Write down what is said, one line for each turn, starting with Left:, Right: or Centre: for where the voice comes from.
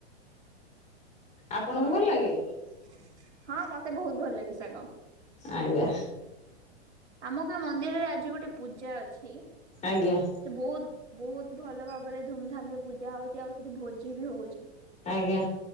Left: ଆପଣଙ୍କୁ
Right: ଆଉ
Left: ଭଲ
Right: କୁହନ୍ତୁ
Left: ଲାଗେ
Right: ହଁ ମତେ ବହୁତ ଭଲ ଲାଗେ ଶାଗ।
Left: ଆଜ୍ଞା।
Right: ଆମ ଗାଁ ମନ୍ଦିରରେ ଆଜି ଗୋଟେ ପୂଜା ଅଛି।
Left: ଆଜ୍ଞା।
Right: ସେ ବହୁତ ବହୁତ ଭଲ ଭାବରେ ଧୁମଧାମ ରେ ପୂଜା ହଉଚି। ଆଉ ସେଠି ଭୋଜି ବି ହଉଚି।
Left: ଆଜ୍ଞା।